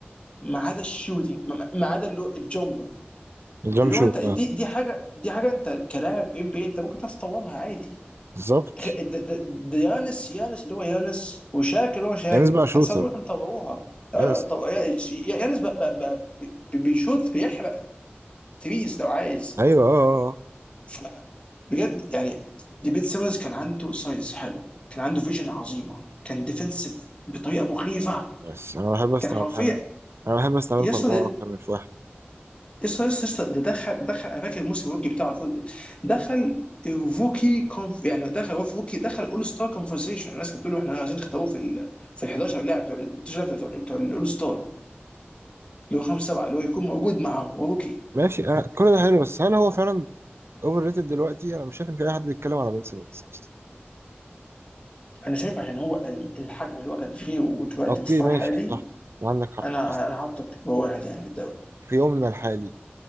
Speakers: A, on the left (about 25°); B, on the right (about 80°).
A: ما عدا الشوتنج ما ما عدا اللي هو الجمبر
B: الجمب
A: اللي
B: شوت
A: هو انت دي
B: اه
A: دي حاجه دي حاجه انت كلاعب ام بي انت ممكن تعرف تطورها عادي
B: بالظبط
A: خ- د- د- د- يانس يانس اللي هو يانس وشاك اللي هو شاك
B: يعني بقى شوتر
A: اتصابوا طوروها اه
B: يس
A: طو... يا- يا- يانس ب... ب... ب... ب- بيشوط بيحرق تريز لو عايز
B: ايوه اه اه
A: ف- بجد يعني بيت سيمنز كان عنده سايز حلو كان عنده فيجن عظيمه كان ديفنسيف بطريقه مخيفه
B: آه. يس انا بحب استعمل
A: كان حرفيا
B: حاجة. انا بحب استعمله
A: يسطا
B: في اربعة اكتر من في واحد
A: يسطا يسطا يسطا ده دخل دخل انا فاكر الموسم الروكي بتاعه دخل الروكي كونف يعني دخل هو في روكي دخل اول ستار كونفرسيشن الناس كانت بتقول له احنا عايزين نختاروه في ال في ال 11 لاعب بتوع ال 12 لاعب بتوع بتوع الاول ستار اللي هو خمسه سبعه اللي هو يكون موجود معاهم هو روكي
B: ماشي انا كل ده حلو بس هل هو فعلا اوفر ريتد دلوقتي انا مش شايف ان في اي حد بيتكلم على بنسلنس اصلا
A: انا شايف عشان هو الحجم اللي هو كان فيه ودلوقتي
B: اوكي
A: مستواه
B: ماشي
A: الحالي
B: صح عندك حق
A: انا
B: بس
A: انا حاطط واحد يعني في الدوري
B: في يومنا الحالي